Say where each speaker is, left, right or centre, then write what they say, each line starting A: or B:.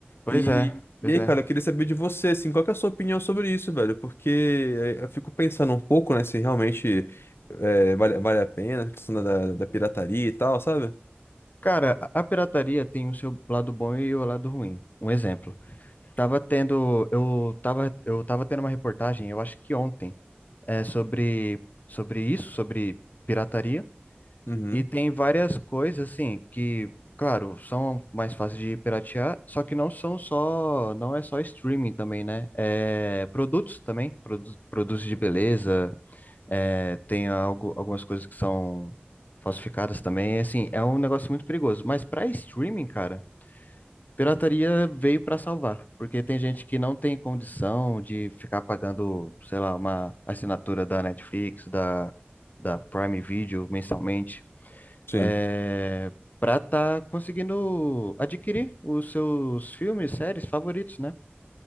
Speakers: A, on the left (about 45°); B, on the left (about 70°).
A: Pois
B: E,
A: é, pois
B: e aí, cara,
A: é.
B: eu queria saber de você, assim, qual que é a sua opinião sobre isso, velho? Porque eh, eu fico pensando um pouco, né, se realmente eh, vale, vale a pena, a questão da, da da pirataria e tal, sabe?
A: Cara, a a pirataria tem o seu lado bom e o lado ruim. Um exemplo. Tava tendo, eu tava, eu tava tendo uma reportagem, eu acho que ontem, é, sobre, sobre isso, sobre pirataria.
B: Uhum.
A: E tem várias coisas, assim, que, claro, são mais fáceis de piratear, só que não são só, não é só streaming também, né? É, produtos também, produ- produtos de beleza, é, tem algo, algumas coisas que são falsificadas também. Assim, é um negócio muito perigoso. Mas para streaming, cara, pirataria veio para salvar, porque tem gente que não tem condição de ficar pagando, sei lá, uma assinatura da Netflix, da, da Prime Video mensalmente,
B: Sim,
A: é, para estar conseguindo adquirir os seus filmes, séries favoritos, né?